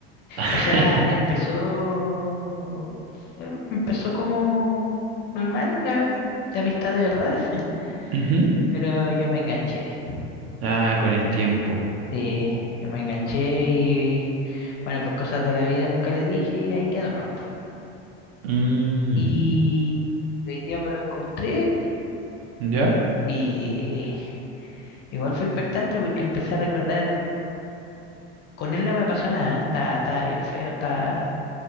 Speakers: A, on the right (about 50°); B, on the left (about 35°).
A: <laughs>
B: O sea, empezó, eh, empezó como normal la, verdad, la amistad de verdad, <laughs>
A: Ujú.
B: pero yo me enganché.
A: Ah, con el tiempo.
B: Sí, yo me enganché y bueno, por cosas de la vida nunca le dije y ahí quedó, ¿no?
A: Mm,
B: Y hoy día me lo encontré
A: ¿ya?
B: y igual fue impactante porque empecé a recordar, con él no me pasó nada, estaba, estaba bien feo, estaba,